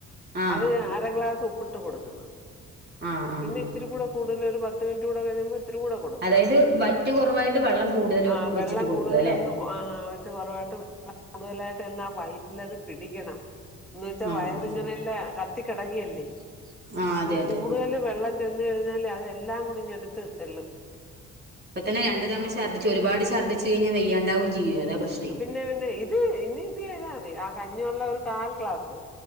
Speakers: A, on the right; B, in the centre.
A: ആ
B: അത് അര ഗ്ലാസ് ഉപ്പിട്ട് കൊടുക്കണം
A: ആ ആ
B: പിന്നെ
A: ആ
B: ഇച്ചിരി കൂടെ കൂടുതല് ഒരു പത്ത് മിനിറ്റ് കൂടെ കഴിയുമ്പോ ഇത്തി രൂടെ കൊടുക്കണം
A: അതായത് വറ്റ് കുറവായിട്ട് വെള്ളം കൂടുതൽ
B: ആ
A: വെച്ചിട്ട്
B: വെള്ളം
A: കൊടുക്കുക
B: കൂടുതല
A: അല്ലെ
B: ഒന്ന് വറ്റ് കൊറവായിട്ട് കൂടുതലായിട്ട് ചെന്നാ വയറ്റിലത് പിടിക്കണം എന്ന് വെച്ചാ
A: ആ
B: വയറി
A: ആ
B: ഇങ്ങനെല്ല ക കടകല്ലേ
A: ആ അതെ
B: നമ്മ
A: അതെ
B: കൂടുത ലും വെള്ളം ചെന്ന കഴിഞ്ഞാല് അതെല്ലാം കൂടി ടുത്ത് തെല്ലും
A: ഇപ്പ തന്നെ രണ്ട തവണ ഛർദി ഒരുപാട് ഛർദിച്ച കഴിഞ്ഞാ വെയ്യാണ്ടും ചെയ്യ അതാ പ്രശ്
B: പിന്നെ പിന്നെ ഇത് ഇനി ഇത് ചെയ്താൽ മതി ആ കഞ്ഞള്ള ഒരു കാൽ ക്ലാസ്